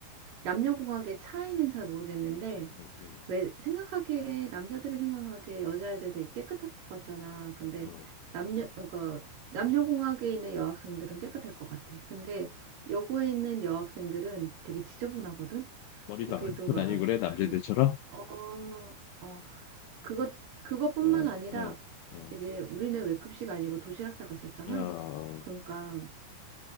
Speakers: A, on the right (about 65°); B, on the left (about 85°).
A: 남녀공학의 차이는 잘 모르겠는데,
B: 응, 응,
A: 왜 생각하기에, 남자들이 생각하기에 여자애들 되게 깨끗할 것 같잖아. 근데
B: 응. 어,
A: 남녀, 그러니까 남녀공학에 있는 여학생들은 깨끗할 것 같아. 근데
B: 응.
A: 여고에 있는 여학생들은 되게 지저분하거든?
B: 머리도
A: 거기도
B: 안 감고
A: 막
B: 다니고 그래, 남자애들처럼?
A: 그, 어, 어, 그것 그것뿐만
B: 응,
A: 아니라
B: 응, 응,
A: 이제 우리는 왜 급식 아니고 도시락 싸갔었잖아.
B: 어, 어.
A: 그러니까